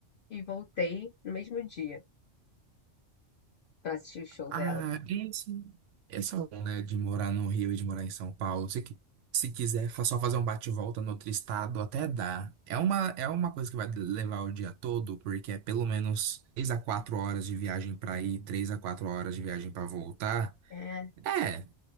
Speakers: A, on the left (about 55°); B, on the right (about 80°).
A: e voltei no mesmo dia para assistir o show
B: Ah,
A: dela.
B: e assim, esse é bom, né, de morar no Rio e de morar em São Paulo. Se, qui- se quiser, fa- só fazer um bate volta no outro estado, até dá. É uma, é uma coisa que vai levar o dia todo, porque é pelo menos três a quatro horas de viagem pra ir, 3 a 4 horas de viagem pra voltar.
A: É,
B: É,